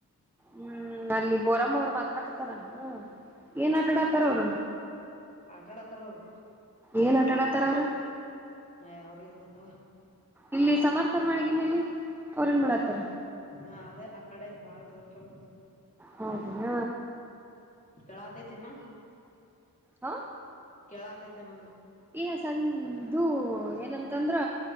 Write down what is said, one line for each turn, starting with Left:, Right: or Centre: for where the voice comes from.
Centre: ಹ್ಮ್ ಅಲ್ಲಿ ಬೋರಮ್ಮ ಅವ್ರು ಮಾತಾಡಕತಾರನಾ ಏನ್ ಆಟಾಡಾತಾರ ಅವ್ರ
Left: ಆಟಾಡತಾರ ಅವರು
Centre: ಏನ್ ಆಟಾಡತಾರ ಅವರು
Left: ನ ಅವರಿಗೆಗತ್ತು
Centre: ಇಲ್ಲಿ ಸಮರ್ಥರ್ ಮಳಗ ಮೇಲೆ ಅವ್ರ ಏನ್ ಮಾಡತ್ತಾರ
Left: ಹ ಅದೇ ಅಕಡೆ ಬಾಳ ಜೋರ್ ಕಳತದೆ
Centre: ಹೌದಿನ
Left: ಕೆಳ ಆತೈತಿನ
Centre: ಹಾ
Left: ಕೇಳಾತೈತೆ ನಂದ
Centre: ಈ ಸಂದು ಏನಂತಂದ್ರ